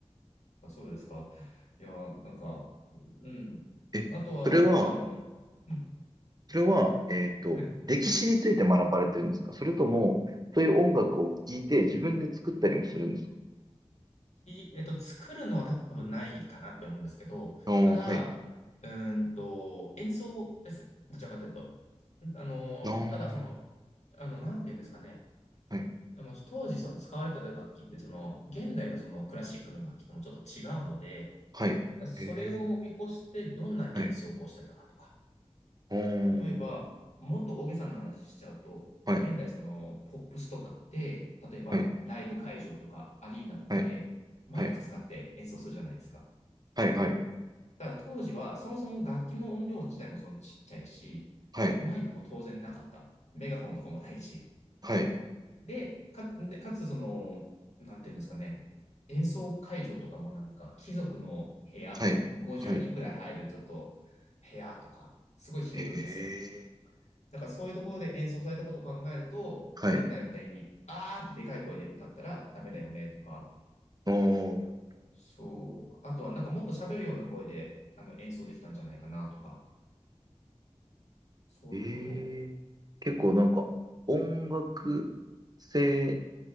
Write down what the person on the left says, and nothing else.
<laughs> まあそうですか。いや、なんか、うん。
あとは、
あの、うん
はい
き、えっと、作るのは多分ないかなって思うんですけど、
ただ、
うーんと、演奏です。どちらかというと。あの、
ただその、あの、なんて言うんですかね。
あの、当時その使われてた楽器って、その、現代のそのクラシックの楽器ともちょっと違うので、
それを見越してどんな演奏法をしてたかとか、
例えば、もっと大げさな話しちゃうと、
現代そのポップスとかって、例えばライブ会場とかアリーナとかでマイク使って演奏するじゃないですか。
だから当時はそもそも楽器の音量自体もそのちっちゃいし、
マイクも当然なかった。メガホンとかもないし。
で、か、でかつその、なんていうんですかね、演奏会場とかもなんか貴族の部屋、
50人くらい入るちょっと
部屋とか、すごい響くんですよ。
だからそういうところで演奏されたことを考えると、
現代みたいに、あーってでかい声で歌ったらダメだよねとか、
そう。あとはなんかもっと喋るような声であの演奏できたんじゃないかなとか、そういうことを、